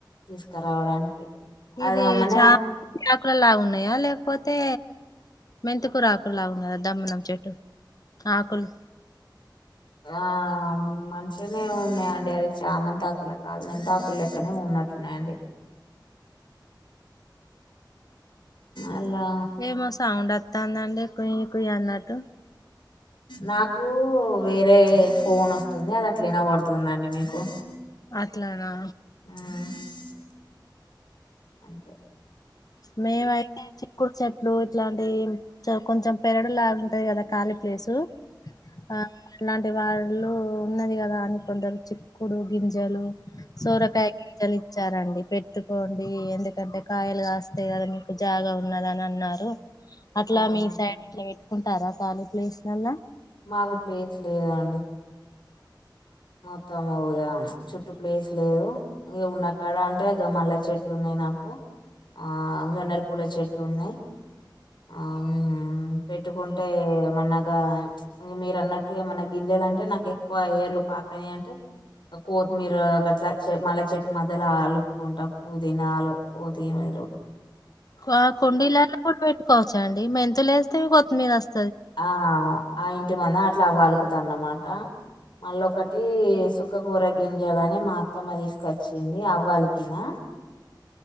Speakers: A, on the left; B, on the left.
A: తీసుకురావడానికి
B: ఇవి
A: అది అమ్మనే
B: చ చాకులలాగున్నాయా లేకపోతే మెంతికూర ఆకులు లాగున్నాదా దమ్మనం చెట్టు ఆకులు
A: వామ్ మంచిగానే ఉన్నాయండి అది చామంత తాకుల కా మన్ తాకులు లెక్కనే ఉన్నట్టు ఉన్నాయండి అలా
B: ఏమో సౌండ్ అస్తందండి కొ్య కుయ్య అన్నట్టు
A: నాకు వేరే ఫోన్ అస్తుంది అది అట్లనా ఇనపాడుతుందండి మీకు
B: అట్లానా
A: ఆ
B: మేమైతే చిక్కుడు చెట్లు ఇట్లాంటి కొంచెం పెరడులాగాంటది కదా ఖాళీ ప్లేసు ఆ అలాంటి వాళ్ళు ఉన్నది కదా అని కొందరు చిక్కుడు గింజలు సోరకాయ గింజలు ఇచ్చారండి పెట్టుకోండి ఎందుకంటే కాయలు కాస్త వస్త కదా మీకు జాగా ఉన్నదని అన్నారు అట్లా
A: అవునా
B: మీ సైడ్ అట్లా కుంటారా థర్డ్ ప్లేస్ లలా
A: మాకు ప్లేస్ లేదండి మొత్తంము ఇగ చుట్టు ప్లేస్ లేదు ఏ ఉన్నా కాడ అంటే గా మల్ల చెట్లు ఉన్నాయి నాకు ఆ గన్నేరుపూల చెట్లు ఉన్నాయి ఆ పెట్టుకుంటే ఏమన్నాగా మీరు అన్నట్టు ఏమన్నా గింజెలు అంటే నాకు ఎక్కువ ఏర్లు పాకని అంటే కొత్తిమీర గట్ల మళ్ళా చెట్టు మధ్యలో ఆలుక్కుంటా పుదీనాలు పోతినారు
B: ఆ కుండీలలో కూడా పెట్టుకోవచ్చ అండి మెంతులు వస్తే కొత్తిమీద వస్తా
A: ఆ ఆ ఇంటి మంది అట్లా అవ్వలుకుతాన అనమాట మళ్ళ ఒకటి సుఖకూర గింజాలనే మా అత్తమ్మ తీసుకొచ్చింది అ్వాలకినా